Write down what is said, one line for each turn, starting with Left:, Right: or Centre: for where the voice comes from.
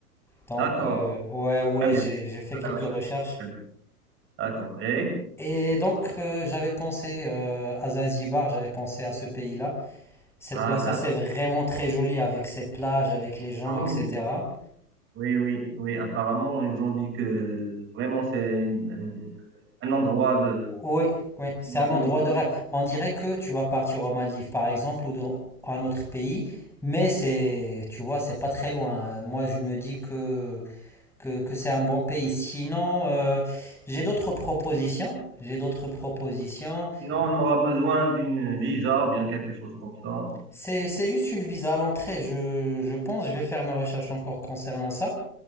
Centre: Donc,
Right: D'accord,
Centre: euh, ouais, ouais,
Right: très bien.
Centre: j'ai, j'ai fait
Right: À
Centre: quelques
Right: la recherche.
Centre: recherches.
Right: Très bien. D'accord. Et?
Centre: Et donc, euh, j'avais pensé euh, à Zanzibar, j'avais pensé à ce pays-là. Cette
Right: Ah,
Centre: place-là,
Right: d'accord.
Centre: c'est vraiment très joli avec ses plages, avec les gens,
Right: Ah,
Centre: etc.
Right: oui. Oui, oui, oui. Apparemment, ils ont dit que vraiment c'est une- un, un endroit de,
Centre: Oui, oui, c'est
Right: comment,
Centre: un
Right: touristique.
Centre: endroit de rêve. On dirait que tu vas partir aux Maldives, par exemple, ou dans un autre pays, mais c'est, tu vois, c'est pas très loin. Euh, Moi, je me dis que, que, que c'est un bon pays. Sinon, euh, j'ai d'autres propositions. J'ai d'autres propositions.
Right: Sinon, on aura besoin d'une visa ou bien quelque chose comme ça.
Centre: C'est, c'est juste une visa à l'entrée, je, je pense, je vais faire mes recherches encore concernant ça.